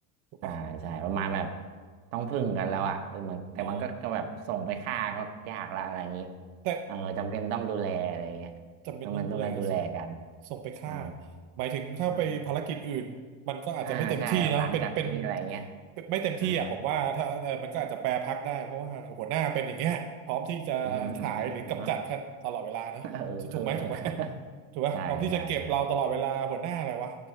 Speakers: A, on the right; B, on the right.
A: ถูกปะ
B: ใช่ใช่ประมาณแบบต้องพึ่งกันแล้วอ่ะเออเหมือนแต่มันก็ก็แบบส่งไปฆ่าก็ยากละอะไรอย่างนี้
A: อ๋อแต่
B: เออจำเป็นต้องดูแลอะไรอย่างเงี้ยแล้วมันต้องดูแลกัน
A: จำเป็นต้องดูแลส่งส่งไปฆ่า
B: เออ
A: หมายถึงถ้าไปภารกิจอื่นมันก็อาจจะไม่เต็มที่เนาะเป็นเป็น
B: อืมอ่าใช่แบบหลังจากนี้อะไรเงี้ย
A: เป็นไม่เต็มที่อ่ะผมว่าถ้าเออมันก็อาจจะแปรพักได้เพราะว่าหัวหน้าเป็นอย่างเงี้ยพร้อมที่จะขายหรือกำจัดท่านตลอดเวลาเนาะ
B: อ่าอืมอืมอืมเนาะเออเออ
A: ถูกไหมถูกไหมถูกไหมพร้อมที่จะเก็บเราตลอดเวลาหัวหน้าอะไรวะ
B: ใช่ใช่ใช่